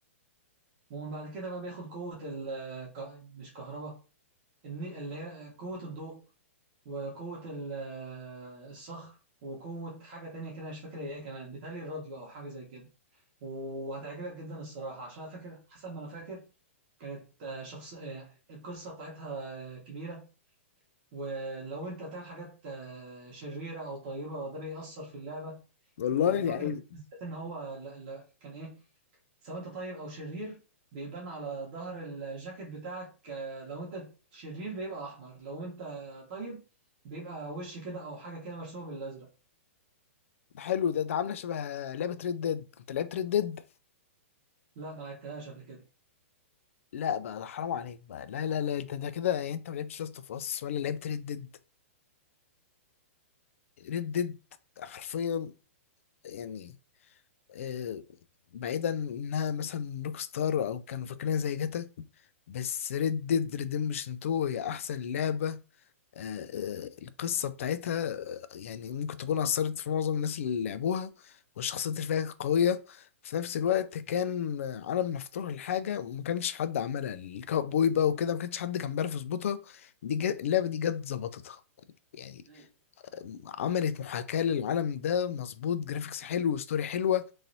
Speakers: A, on the right (about 35°); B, on the left (about 65°).
A: ومن بعد كده بقى بياخد قوة ال ك- مش كهرباء الن- اللي هي قوة الضوء وقوة ال- الصخر وقوة حاجة تانية كده مش فاكر هي إيه كمان بيتهيألي الراديو أو حاجة زي كده وهتعجبك جدا الصراحة عشان أنا فاكر حسب ما أنا فاكر كانت آه، شخص آه، القصة بتاعتها آه، كبيرة ولو انت بتعمل حاجات آه، شريره او طيبه ده بيأثر في اللعبه
B: والله
A: وفاكر
B: يعني
A: بالذات ان هو لا لا كان ايه سواء انت طيب او شرير بيبان على ظهر الجاكيت بتاعك آه، لو انت شرير بيبقى احمر لو انت طيب بيبقى وش كده او حاجه كده مرسومه بالازرق
B: حلو ده ده عامله شبه لعبه ريد ديد انت لعبت ريد ديد
A: لا ما لعبتهاش قبل كده
B: لا بقى ده حرام عليك بقى لا لا لا انت ده كده يعني انت ما لعبتش لاست اوف اس ولا لعبت ريد ديد ريد ديد حرفيا يعني آه، بعيدا انها مثلا روك ستار او كانوا فاكرينها زي جاتا بس ريد ديد ريديمشن 2 هي احسن لعبه آه، آه، القصة بتاعتها آه، يعني ممكن تكون أثرت في معظم الناس اللي لعبوها والشخصيات اللي فيها قوية في نفس الوقت كان آه، عالم مفتوح لحاجة وما كانش حد عملها الكاوبوي بقى وكده ما كانش حد كان بيعرف يظبطها دي جت اللعبة
A: مم.
B: دي جت ظبطتها يعني
A: مم.
B: آم، عملت محاكاة للعالم ده مظبوط جرافيكس حلو وستوري حلوة